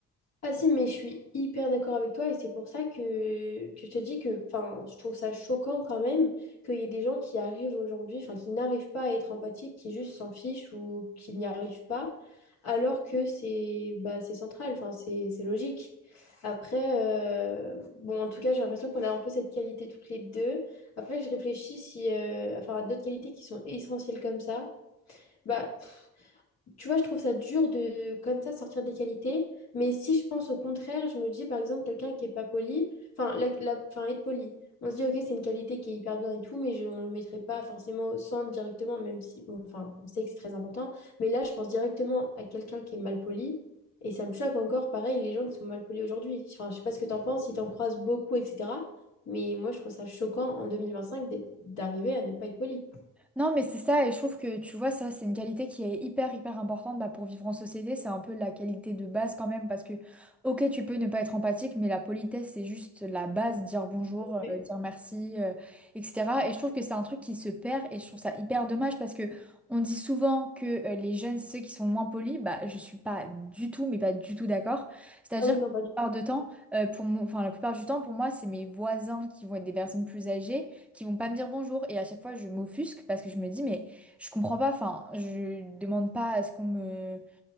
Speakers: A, on the left (about 60°); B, in the centre.
A: Ah si, mais je suis hyper d'accord avec toi et c'est pour ça que, que je te dis que enfin, je trouve ça choquant quand même qu'il y ait des gens qui arrivent aujourd'hui, enfin qui n'arrivent pas à être empathiques, qui juste s'en fichent ou qui n'y arrivent pas, alors que c'est bah, c'est central, enfin c'est c'est logique. Après, euh, bon, en tout cas, j'ai l'impression qu'on a un peu cette qualité toutes les deux. Après, je réfléchis si, euh, enfin, à d'autres qualités qui sont essentielles comme ça. Bah, tu vois, je trouve ça dur de comme ça sortir des qualités. Mais si je pense au contraire, je me dis par exemple quelqu'un qui est pas poli, enfin, la, la- enfin être poli. On se dit, ok, c'est une qualité qui est hyper bien et tout, mais je, on ne le mettrait pas forcément au centre directement, même si, bon, enfin, on sait que c'est très important. Mais là, je pense directement à quelqu'un qui est mal poli. Et ça me choque encore, pareil, les gens qui sont mal polis aujourd'hui. Enfin, je sais pas ce que t'en penses, si t'en en croises beaucoup, etc. Mais moi, je trouve ça choquant en 2025 d'être- d'arriver à ne pas être poli.
B: Non, mais c'est ça, et je trouve que tu vois, ça, c'est une qualité qui est hyper, hyper importante bah, pour vivre en société. C'est un peu la qualité de base quand même, parce que, ok, tu peux ne pas être empathique, mais la politesse, c'est juste la base, dire bonjour,
A: Ok.
B: euh, dire merci, euh, etc. Et je trouve que c'est un truc qui se perd, et je trouve ça hyper dommage, parce que on dit souvent que euh, les jeunes, c'est ceux qui sont moins polis. Bah, je suis pas du tout, mais pas du tout d'accord. C'est-à-dire
A: Ah oui,
B: que
A: non, pas du
B: la plupart de temps, euh, pour moi, enfin, la plupart du temps, pour moi, c'est mes voisins qui vont être des personnes plus âgées qui vont pas me dire bonjour et à chaque fois je m'offusque parce que je me dis mais je comprends pas enfin je demande pas à ce qu'on me